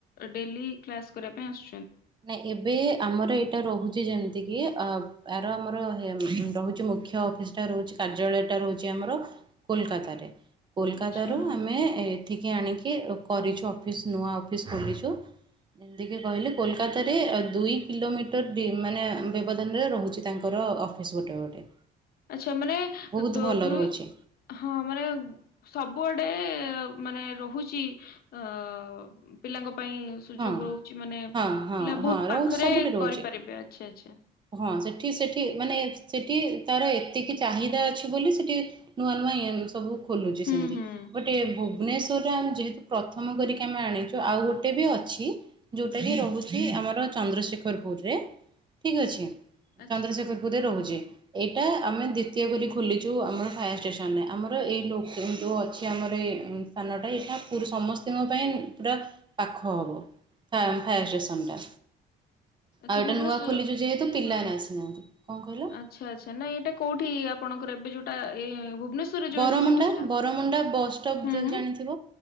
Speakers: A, on the left; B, on the right.
A: ଡେଲି କ୍ଲାସ୍ କରିବା ପାଇଁ ଆସୁ
B: ନାଇଁ ଏ ଏବେ ଆମର ଏଇଟା ରହୁଚି ଯେମିତି କିି ଆ-ଆର ଆମର ହେ ରହୁଚି ମୁଖ୍ୟ ଅଫିସ୍ ଟା ରହୁଚି କାର୍ଯ୍ୟଳୟ ଟା ରହୁଚି ଆମର କୋଲକାତା ରେ କୋଲକାତା
A: ଆଚ୍ଛା
B: ରୁ ଆମେ ଏଠି କି ଆଣିକି କରିଛୁ ଅଫିସ୍ ନୂଆ ଅଫିସ୍ ଖୋଲିଛୁ ଯେମିତିକି କହିଲେ। କୋଲକାତାରେ ଦୁଇ କିଲୋମିଟର ଦି ମାନେ ବ୍ୟବଧାନରେ ରହୁଚି ତାଙ୍କର ଅଫିସ୍ ଗୋଟେ ଗୋଟେ।
A: ଆଚ୍ଛା ମାନେ
B: ବହୁତ
A: ଦୁ-ଦୁଇ
B: ଭଲ ରହୁଛି
A: ହଁ ମାନେ ସବୁଆ ଡେ ମାନେ ରହୁଚି ଆ ପିଲାଙ୍କ ପାଇଁ ସୁଯୋଗ
B: ହଁ
A: ରହୁଚି ମାନେ
B: ହଁ ହଁ
A: ପିଲା
B: ହଁ
A: ବହୁତ୍ ପାଖରେ
B: ରହୁଛି ସବୁଠି ରହୁଛି
A: କରିପାରିବେ ଆଚ୍ଛା ଆଚ୍ଛା।
B: ହଁ ସେ ଠି ସେଠି ମାନେ ସେଠି ତାର ଏତିକି ଚାହିଦା ଅଛି ବୋଲି ସେଠି ନୂଆ ନୂଆ ଇ ସବୁ ଖୋଲୁଚି
A: ହୁଁ
B: ସେମିତି
A: ହୁଁ
B: ବଟ୍ ଏ ଭୁବନେଶ୍ୱରରେ ଆମେ ଯେହେତୁ ପ୍ରଥମ କରିକି ଆମେ ଆଣିଚୁ ଆଉ ଗୋଟେ ବି ଅ ଛି ଯଉଁଟାକି
A: ଆଚ୍ଛା।
B: ରହୁଚି ଆମର ଚନ୍ଦ୍ରଶେଖରପୁରରେ ଠିକ୍ ଅଛି।
A: ଆଚ୍ଛା
B: ଚନ୍ଦ୍ରଶେଖର ପୁର୍ ରେ ରହୁଚି। ଏଇଟା ଆମେ ଦ୍ଵିତୀୟ କରି ଖୋଲିଚୁ ଆମର ଫାୟାର ଷ୍ଟେସନରେ ଆମର ଏଇ ଲୋ କେନ୍ତୁ ଅଛି ଆମର <unintelligible> ସ୍ଥାନଟା ଏଇଟା ପୁରୁ ସମସ୍ତିଙ୍କ ପାଇଁ ପୁରା ପାଖ ହବ। ଫାମ୍ ଫାୟାର୍
A: ଆଚ୍ଛା
B: ଷ୍ଟେସନ୍ ଟା।
A: ଆଚ୍ଛା
B: ଆଉ ଏଟା
A: ଭୁବନେଶ୍ୱର
B: ନୂଆ ଖୋଲିଚୁ ଯେହେତୁ ପିଲାମାନେ
A: ହଁ।
B: ଆସିନାହାନ୍ତି। କଣ କଇଲ?
A: ଆଚ୍ଛା ଆଚ୍ଛା ନାଇଁ ଏଇଟା କୋଉଠି ଆପଣଙ୍କର ଏବେ ଯୋଉଟା ଏ ଭୁବନେଶ୍ୱରରେ ଯୋଉ
B: ବରମୁଣ୍ଡା
A: ଇନଷ୍ଟିଚ୍ୟୁଟ ଟା ସେଟା
B: ବରମୁଣ୍ଡା ବସଷ୍ଟପ୍
A: ହୁଁ
B: ଯଦି
A: ହୁଁ
B: ଜାଣିଥିବ।